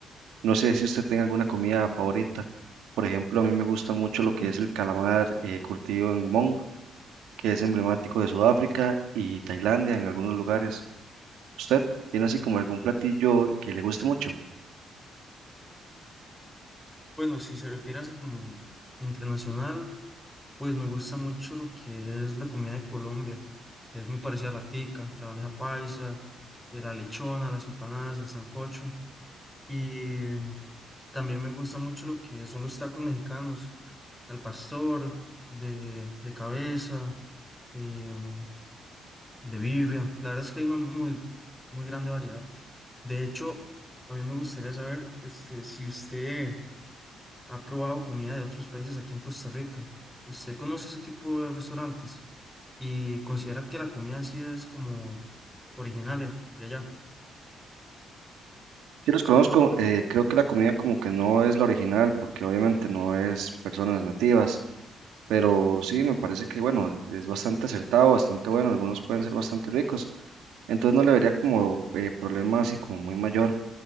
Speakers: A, on the right (about 80°); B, in the centre.
A: No sé si usted tenga alguna comida favorita. Por ejemplo, a mí me gusta mucho lo que es el calamar eh, curtido en limón que es emblemático de Sudáfrica y Tailandia en algunos lugares. ¿Usted tiene así como algún platillo que le guste mucho?
B: Bueno, si se refiere así como internacional, pues me gusta mucho lo que es la comida de Colombia, que es muy parecida a la tica, la bandeja paisa, eh, la lechona, las empanadas, el sancocho. Y también me gusta mucho lo que son los tacos mexicanos, al pastor, de, de cabeza, em, de birria. La verdad es que hay una muy, muy grande variedad. De hecho, a mí me gustaría saber este, si usted ha probado comida de otros países aquí en Costa Rica. ¿Usted conoce ese tipo de restaurantes y considera que la comida así es como original eh, de allá?
A: Sí, los conozco. eh, creo que la comida como que no es la original porque obviamente no es personas nativas, pero sí me parece que bueno, es bastante acertado, bastante bueno. Algunos pueden ser bastante ricos, entonces no le vería como eh, problema así como muy mayor.